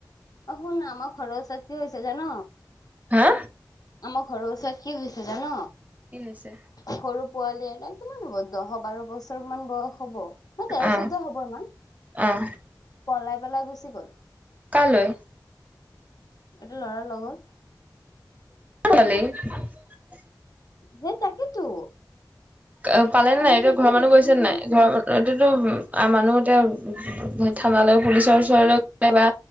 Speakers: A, on the left; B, on the right.
A: অ শুননা আমাৰ ঘৰৰ ওচৰত কি হৈছে জান,
B: হা
A: আমাৰ ঘৰৰ ওচৰত কি হৈছে জান?
B: কি হৈছে।
A: সৰু পোৱালি ন কিমান হ'ব দহ বাৰ বছৰ মান বয়স হ'ব। ন তেৰ
B: আহ
A: চৈধ্য হব ইমান
B: আহ
A: পলাই পেলাই গুচি গ'ল।
B: কালৈ।
A: এটা ল'ৰাৰ লগত।
B: <unintelligible>
A: হে তাকেতো।
B: অ পালে ন
A: আমিতো
B: নাই এতিয়া
A: এইটোৱে
B: ঘৰৰ মানুহ
A: কৈছো
B: গৈছে
A: ন সৰু
B: নাই
A: পোৱালি
B: ঘৰৰ মানুহ এতিয়াতো আ মানুহ এতিয়া থানালৈ পুলিচৰ ওচৰলৈ গলে বা